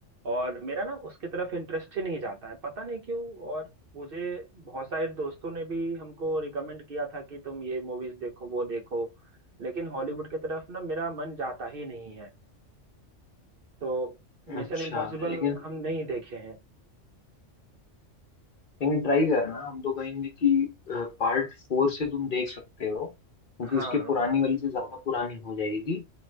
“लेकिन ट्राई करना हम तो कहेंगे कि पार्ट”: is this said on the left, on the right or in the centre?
Left